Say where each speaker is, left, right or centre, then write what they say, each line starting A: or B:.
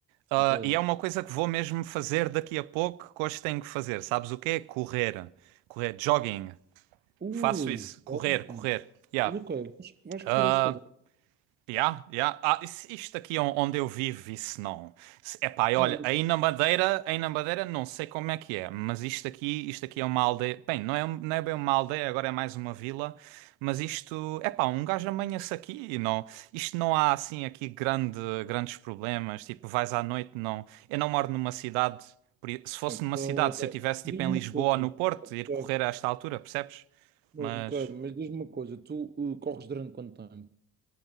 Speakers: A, on the right; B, on the right.
A: Ah,
B: ok.
A: e é uma coisa que vou mesmo fazer daqui a pouco, que hoje tenho que fazer. Sabes o quê? Correr. Correr, jogging.
B: Ui,
A: Faço isso. Correr,
B: top.
A: correr. Yeah.
B: Mas ok, vais, vais
A: Ah,
B: correr estas. horas.
A: Yeah, yeah. Ah, isso- isto aqui on- onde eu vivo, isso não. Se- Epá,
B: Ok,
A: e olha,
B: mas.
A: aí na Madeira, aí na Madeira não sei como é que é, mas isto aqui, isto aqui é uma aldeia. Bem, não é, um- não é bem uma aldeia, agora é mais uma vila, mas isto, epá, um gajo amanha-se aqui e não. Isto não há assim aqui grande, grandes problemas, tipo, vais à noite, não. Eu não moro numa cidade, por i- se fosse
B: Ok,
A: numa
B: ok.
A: cidade, se eu tivesse tipo
B: Diz-me
A: em Lisboa
B: uma
A: ou
B: coisa.
A: no Porto,
B: Ok,
A: ir correr a esta altura, percebes?
B: mas,
A: Mas.
B: ok, mas diz-me uma coisa, tu uh, corres durante quanto tempo?